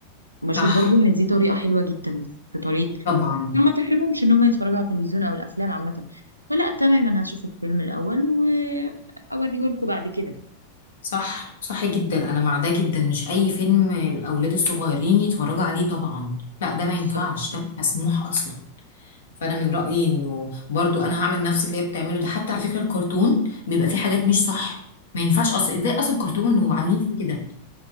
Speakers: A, on the right (about 85°); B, on the left (about 65°).
A: فبشوف
B: صح
A: برضو ان دي طريقه حلوه جدا في طريقه
B: طبعا
A: عشان ما تحرمهمش ان هم يتفرجوا على التلفزيون او الافلام عامه فلا تمام انا هشوف الفيلم الاول واوريه لكم بعد كده
B: صح صح جدا انا مع ده جدا مش اي فيلم الاولاد الصغيرين يتفرجوا عليه طبعا لا ده
A: بالظبط
B: ما ينفعش ده مش مسموح اصلا فانا من رايي انه برضو انا هعمل نفس اللي هي بتعمله ده حتى على فكره الكرتون بيبقى فيه حاجات مش صح ما ينفعش اصلا ازاي اصلا كرتون وعاملين فيه كده